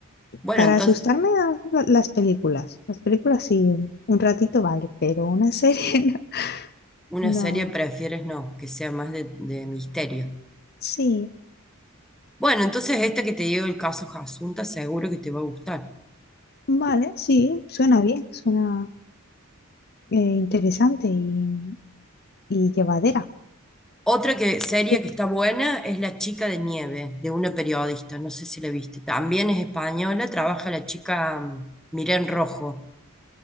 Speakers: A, in the centre; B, on the left.
A: Bueno,
B: para
A: entonces,
B: asustarme la- las películas. Las películas sí, un ratito vale, pero una serie <laughs>
A: una
B: no.
A: serie prefieres
B: No.
A: no, que sea más de, de misterio.
B: Sí,
A: Bueno, entonces esta que te digo, el caso Jasunta, seguro que te va a gustar.
B: vale, sí, suena bien, suena. eh, interesante y, y llevadera.
A: Otra que, serie
B: Eh,
A: que está buena es La chica de nieve, de una periodista, no sé si la viste. También es española, trabaja la chica mm, Miren Rojo.